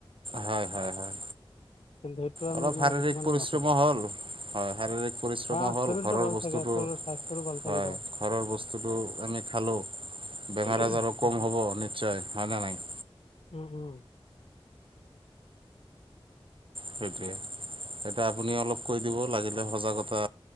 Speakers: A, on the right; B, on the left.
A: হয় হয় হয়।
B: কিন্তু সেইটো আমি
A: অলপ শাৰীৰিক
B: মানে কিছু মানে
A: পৰিশ্ৰমো
B: নকৰে।
A: হ'ল হয় শাৰীৰিক পৰিশ্ৰমো
B: অ
A: হ'ল
B: শৰীৰটো
A: ঘৰৰ
B: ভাল
A: বস্তুটো
B: থাকে শৰীৰৰ স্বাস্থ্যৰো ভাল থাকিব
A: হয় ঘৰৰ বস্তুতটো আমি। খালো বেমাৰ
B: হয়,
A: আজাৰো কম হব নিশ্চয় হয় নে নহয়।
B: উম উম।
A: সেইটোৱে। তাকে আপুনি অলপ কৈ দিব লাগিলে সজাগতা